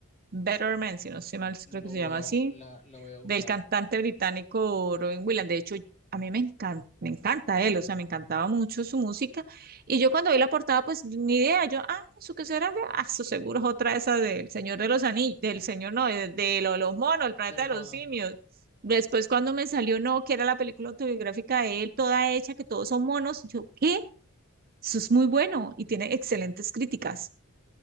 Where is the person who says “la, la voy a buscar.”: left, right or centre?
Left